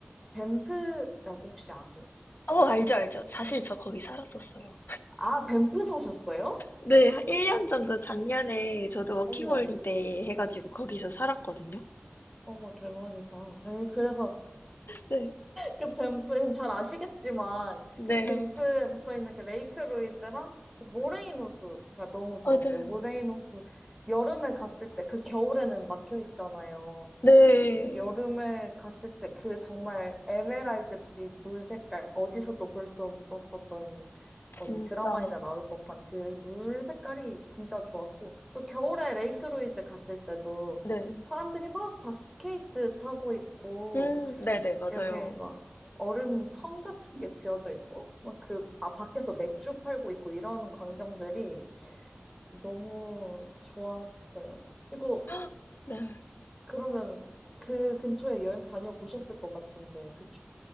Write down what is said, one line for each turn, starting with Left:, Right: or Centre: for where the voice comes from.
Centre: 밴프라고 혹시 아세요?
Left: 어, 알죠, 알죠. 사실 저 거기 살았었어요.
Centre: 아, 밴프 사셨어요?
Left: 네, 한 1년 정도 작년에 저도 워킹홀리데이
Centre: 어머,
Left: 해가지고 거기서 살았거든요.
Centre: 어머, 대박이다. 아니, 그래서
Left: 네,
Centre: 그 밴프, 잘 아시겠지만,
Left: 네,
Centre: 그 밴프에 붙어 있는 그 레이크 루이즈랑 그 모레이노스가 너무 좋았어요.
Left: 맞아요.
Centre: 모레이노스 여름에 갔을 때, 그 겨울에는 막혀 있잖아요.
Left: 네,
Centre: 그래서 여름에 갔을 때 그 정말 에메랄드빛 물 색깔, 어디서도 볼 수 없었던 어디
Left: 진짜.
Centre: 드라마에나 나올 법한 그 물 색깔이 진짜 좋았고, 또 겨울에 레이크루이즈 갔을 때도
Left: 네.
Centre: 사람들이 막 다 스케이트 타고 있고,
Left: 음, 네네, 맞아요.
Centre: 이렇게 막 얼음 성 같은 게 지어져 있고, 막 그, 아, 밖에서 맥주 팔고 있고 이런 광경들이 너무 좋았어요. 그리고
Left: 헉, 네.
Centre: 그러면 그 근처에 여행 다녀보셨을 것 같은데, 그쵸?